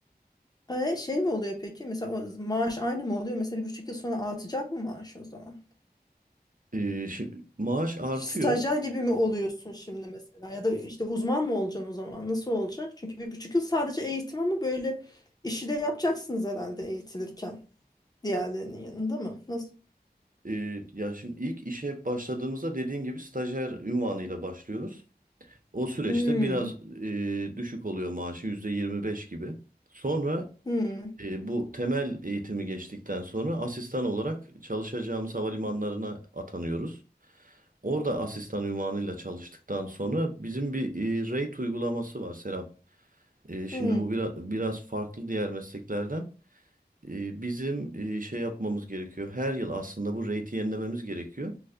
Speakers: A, on the left; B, on the right.
A: E, şey mi oluyor peki? Mesela o maaş aynı mı oluyor? Mesela bir buçuk yıl sonra artacak mı maaş o zaman?
B: Ee, şi- maaş artıyor.
A: Stajyer gibi mi oluyorsun şimdi mesela? Ya da işte uzman mı olacaksın o zaman? Nasıl olacak? Çünkü bir buçuk yıl sadece eğitim ama böyle işi de yapacaksınız herhalde eğitilirken. Diğerlerinin yanında mı? Nasıl?
B: Ee, ya şimdi ilk işe başladığımızda dediğin gibi stajyer ünvanıyla başlıyoruz. O süreçte
A: Hmm,
B: biraz e, düşük oluyor maaşı %25 gibi. Sonra
A: hmm,
B: e, bu temel eğitimi geçtikten sonra asistan olarak çalışacağımız havalimanlarına atanıyoruz. Orada asistan ünvanıyla çalıştıktan sonra bizim bir e, rate uygulaması var Serap. E, şimdi
A: hmm.
B: bu biraz, biraz farklı diğer mesleklerden. E, Bizim e, şey yapmamız gerekiyor. Her yıl aslında bu rate'i yenilememiz gerekiyor.